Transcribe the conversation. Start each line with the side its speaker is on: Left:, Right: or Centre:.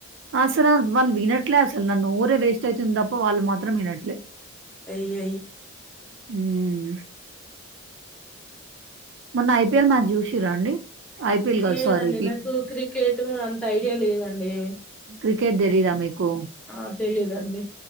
Right: అసలు వాళ్ళు వినట్లే అసలు నా నోరే వేస్ట్ అవుతుంది తప్ప వాళ్ళు మాత్రం వినట్లే
Centre: అయ్యో
Right: హ్మ్. మొన్న ఐపీఎల్ మ్యాచ్ జూషిర్రా అండి?
Centre: అయ్యో
Right: ఐపీఎల్ గాదు
Centre: లేదండి
Right: సారీ
Centre: నాకు క్రికెట్ అంత ఐడియా లేదండి
Right: క్రికెట్ తెలీదా మీకు
Centre: ఆ తెలీదండి